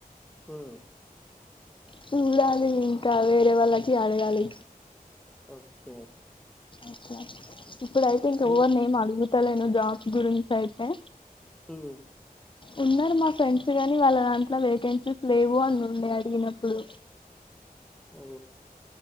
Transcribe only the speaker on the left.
చూడాలి ఇంకా వేరే వాళ్ళకి అడగాలి
అట్లా ఇప్పుడు అయితే ఇంక ఎవరి
నేమ్ అగు లనుో జాబ్స్ గురించి అయితే
ఉన్నారు మా ఫ్రెండ్స్ కాగానీ వాళ్ళ దాంట్లో వేకెన్సీస్ లేవు అని ఉండే అడిగినప్పుడు